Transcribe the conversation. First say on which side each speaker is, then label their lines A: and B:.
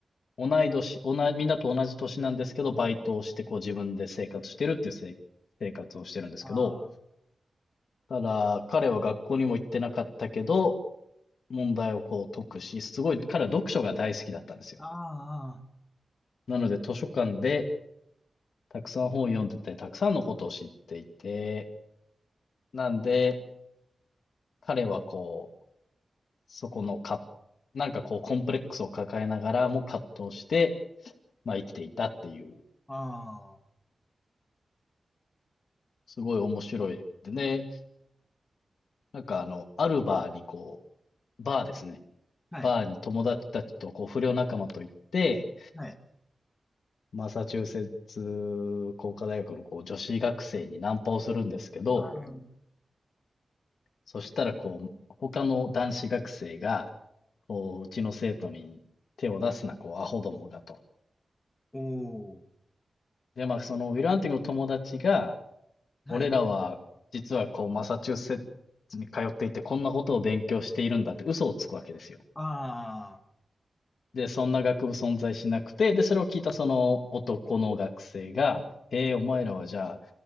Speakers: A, on the left (about 85°); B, on the left (about 15°).
A: 同い年、同な、みんなと同じ年なんですけど、バイトをして、こう自分で生活してるっていうせい生活をしてるんですけど、
B: あ
A: ただ、彼は学校にも行ってなかったけど、問題をこう解くし、すごい、彼は読書が大好きだったんですよ。
B: あ、あ
A: なので、図書館でたくさん本を読んでて、たくさんのことを知っていて、なんで、彼はこう、そこのか、なんかこう、コンプレックスを抱えながらも葛藤して、まあ生きていたっていう、
B: あ、あ
A: すごい面白い映画でね、なんかあの、アルバーにこう、バーですね。
B: あ、はい、
A: バーに友達たちと、こう、不良仲間と行って、
B: はい。
A: マサチューセッツ工科大学のこう女子学生にナンパをするんですけど、
B: ああ、
A: そしたらこう、他の男子学生が、こう、うちの生徒に手を出すな、こう、アホどもがと。
B: おお、
A: で、まあ、そのウィル・ハンティングの友達が、
B: はい。
A: 俺らは、実はこう、マサチューセッツに通っていて、こんなことを勉強しているんだって嘘をつくわけですよ。
B: あ
A: で、そんな学部存在しなくて、で、それを聞いたその男の学生が、へえ、お前らはじゃあ、